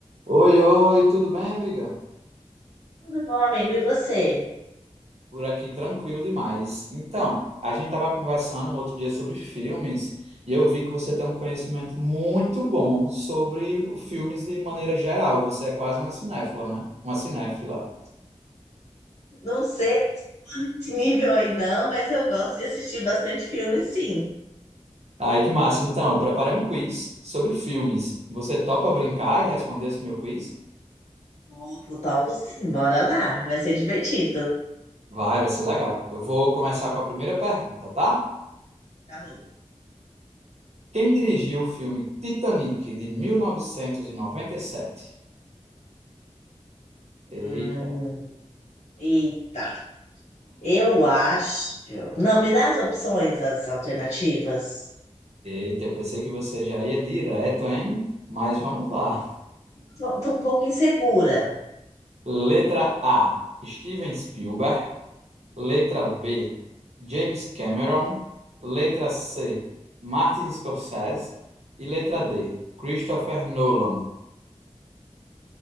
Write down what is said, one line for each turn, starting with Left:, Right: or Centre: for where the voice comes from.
Right: Oi, oi, tudo bem, amiga?
Left: Tudo bom, amigo? E você?
Right: Por aqui tranquilo demais. Então, a gente estava conversando um outro dia sobre filmes e eu vi que você tem um conhecimento muito bom sobre filmes de maneira geral. Você é quase uma cinéfila, né? Uma cinéfila.
Left: Não sei esse nível aí não, mas eu gosto de assistir bastante filme, sim.
Right: Aí que massa. Então, eu preparei um quiz sobre filmes. Você topa brincar e responder esse meu quiz?
Left: Topo, topo, sim. Bora lá. Vai ser divertido.
Right: Vai, vai ser legal. Eu vou começar com a primeira pergunta, tá?
Left: Tá bom.
Right: Quem dirigiu o filme Titanic de mil novecentos e e noventa e sete? Eita.
Left: Hum, eita. Eu acho... Não, me dá as opções, as alternativas.
Right: Eita, eu pensei que você já ia direto, hein? Mas vamos lá.
Left: Tô, tô um pouco insegura.
Right: Letra A, Steven Spielberg. Letra B, James Cameron. Letra C, Martin Scorsese. E letra D, Christopher Nolan.